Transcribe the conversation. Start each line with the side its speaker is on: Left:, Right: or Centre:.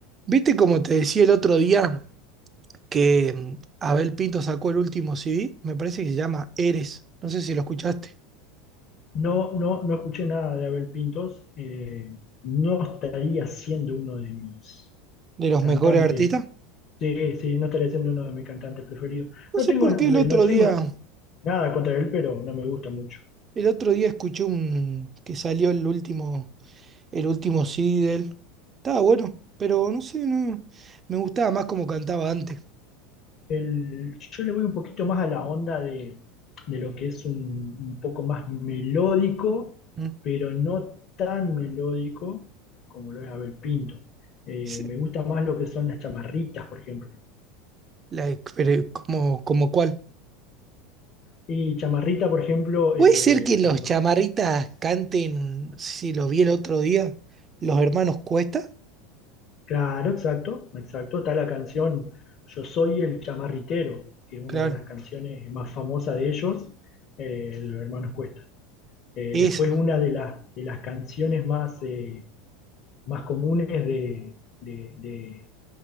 Right: ¿Viste como te decía el otro día que mm, Abel Pinto sacó el último CD? Me parece que se llama Eres. No sé si lo escuchaste.
Left: No, no, no escuché nada de Abel Pintos. eh, no estaría siendo uno de mis
Right: De los
Left: cantantes.
Right: mejores artistas.
Left: Sí, sí, no estaría siendo uno de mis cantantes preferidos.
Right: No
Left: No
Right: sé
Left: tengo,
Right: por
Left: re-
Right: qué el otro
Left: no tengo
Right: día,
Left: nada contra él, pero no me gusta mucho.
Right: el otro día escuché un que salió el último, el último CD de él. Estaba bueno, pero no sé, no, me gustaba más como cantaba antes.
Left: El- yo le voy un poquito más a la onda de, de lo que es un, un poco más melódico,
Right: ¿Mm?
Left: pero no tan melódico como lo es Abel Pinto. Eh,
Right: Se-
Left: me gusta más lo que son las chamarritas, por ejemplo.
Right: La, ex- pero como, como cuál.
Left: Y Chamarrita, por ejemplo,
Right: ¿Puede
Left: eh,
Right: ser que los
Left: lo-
Right: chamarritas canten, si lo vi el otro día, los hermanos Cuesta?
Left: claro, exacto, exacto. Está la canción Yo soy el chamarritero, que es una
Right: Claro.
Left: de las canciones más famosas de ellos, eh, de los hermanos Cuesta. Eh,
Right: Esa.
Left: después una de las, de las canciones más, eh, más comunes de, de- de-